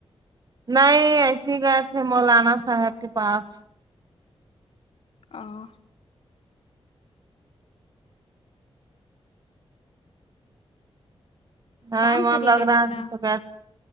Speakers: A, on the right (about 40°); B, on the left (about 65°).
A: نہیں ایسی گئے تھے مولانا صاحب کے پاس
B: آں وں
A: نہیں
B: کام
A: من
B: سے ریلیٹو
A: لگ رہا ہے
B: نا
A: تو گئے